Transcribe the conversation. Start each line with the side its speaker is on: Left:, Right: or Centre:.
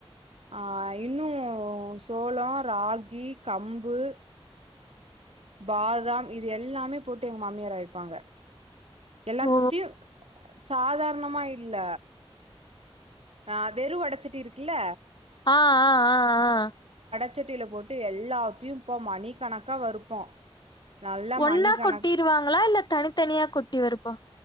Right: ஆ இன்னு சோளோ ராகி கம்பு பாதாம் இது எல்லாமே போட்டு எங்க மாமியார் அரைப்பாங்க எல்லாத்தையு
Left: ஓ
Right: சாதா ரணமா இல்ல ஆ வெறு வடச்சட்டி இருக்குல்ல
Left: ஆ ஆ ஆ ஆ
Right: ச்சட்டில போட்டு எல்லாத்தையு இப்போ மணிக்கணக்கா வறுப்போ நல்லா
Left: ஒன்னா
Right: மணிக்கணக்
Left: கொட்டிருவாங்களா இல்ல தனித்தனியா கொட்டி வறுப்பா